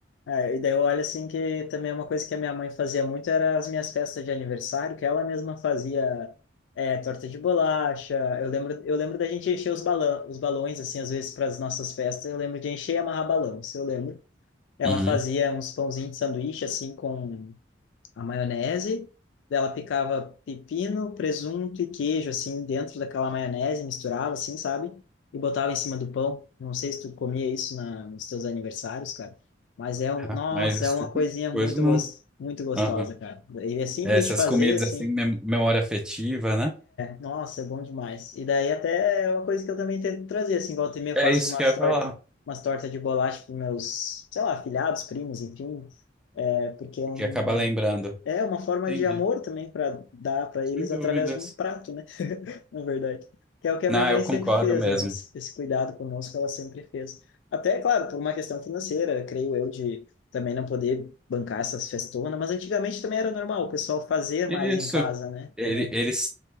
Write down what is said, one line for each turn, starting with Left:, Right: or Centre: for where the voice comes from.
Left: É, e daí eu olho assim que também uma coisa que a minha mãe fazia muito era as minhas festas de aniversário, que ela mesma fazia é, torta de bolacha. Eu lembro, eu lembro da gente encher os balão, os balões, assim, às vezes para as nossas festas. Eu lembro de encher e amarrar balão, isso eu lembro. Ela
Centre: Uhum.
Left: fazia uns pãozinhos de sanduíche, assim, com a maionese. Daí Ela picava pepino, presunto e queijo, assim, dentro daquela maionese, misturava, assim, sabe? E botava em cima do pão. Não sei se tu comia isso na, nos teus aniversários, cara. Mas é um,
Centre: Rapaz,
Left: nossa,
Centre: esse
Left: é uma
Centre: tipo
Left: coisinha
Centre: de
Left: muito,
Centre: coisa não.
Left: gos- muito gostosa,
Centre: Aham.
Left: cara. Ele é simples
Centre: É, Essas
Left: de fazer,
Centre: comidas
Left: assim,
Centre: assim, mem- memória afetiva, né?
Left: nossa, é bom demais. E daí até é uma coisa que eu também tento trazer, assim, volta e meia eu
Centre: É
Left: faço
Centre: isso
Left: umas
Centre: que eu ia
Left: tortas,
Centre: falar,
Left: umas tortas de bolacha para meus, sei lá, afilhados, primos, enfim, é, porque é um,
Centre: que acaba lembrando.
Left: é uma forma
Centre: Entendi,
Left: de amor também para dar para
Centre: sem
Left: eles
Centre: dúvidas.
Left: através de um prato, né? <laughs> Na verdade, que é o que
Centre: Não,
Left: a minha mãe
Centre: eu concordo
Left: sempre fez,
Centre: mesmo.
Left: né? Esse, esse cuidado conosco ela sempre fez. Até, claro, por uma questão financeira, creio eu, de também não poder bancar essas festonas, mas antigamente também era normal o pessoal fazer
Centre: Isso.
Left: mais em casa, né?
Centre: Ele,
Left: Também.
Centre: ele s-